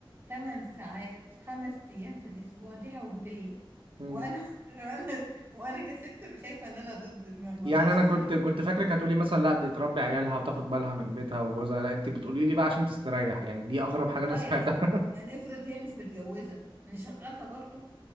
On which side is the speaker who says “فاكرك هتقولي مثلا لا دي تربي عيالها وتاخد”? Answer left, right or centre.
Right